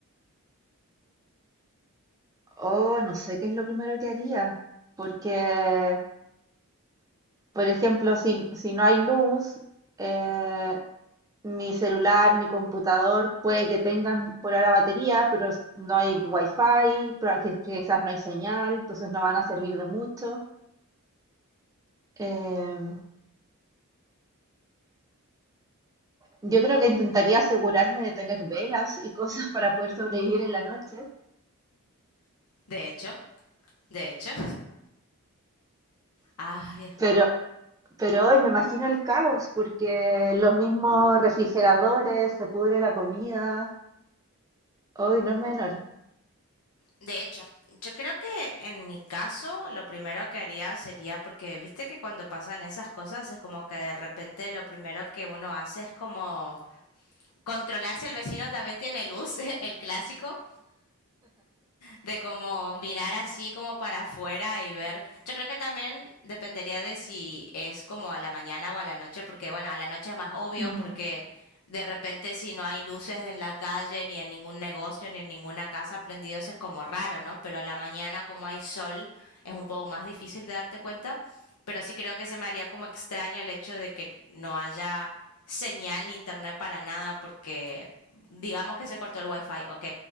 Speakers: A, on the right; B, on the left.
A: Oh, no sé qué es lo primero que haría, porque, por ejemplo, si, si no hay luz, eh, Mi celular, mi computador, puede que tengan por ahora batería, pero s- no hay wifi, pero aquí quizás no hay señal, entonces no van a servir de mucho. Em, yo creo que intentaría asegurarme de tener velas y <laughs> cosas para poder sobrevivir en la noche,
B: de hecho, de hecho. <laughs> ah Ay,
A: pero, pero hoy me imagino el caos, porque los mismos refrigeradores, se pudre la comida, hoy no es menor.
B: de hecho, yo creo que en mi caso lo primero que haría sería porque viste que cuando pasan esas cosas es como que de repente lo primero que uno hace es como controlar si el vecino también tiene luz, <laughs> el clásico. de como mirar así como para afuera y ver. Yo creo que también dependería de si es como a la mañana o a la noche, porque bueno, a la noche es más obvio
A: Ujú,
B: porque de repente si no hay luces en la calle, ni en ningún negocio, ni en ninguna casa prendidos, es como raro, ¿no? Pero a la mañana como hay sol es un poco más difícil de darte cuenta, pero sí creo que se me haría como extraño el hecho de que no haya señal ni internet para nada porque digamos que se cortó el wifi, ok,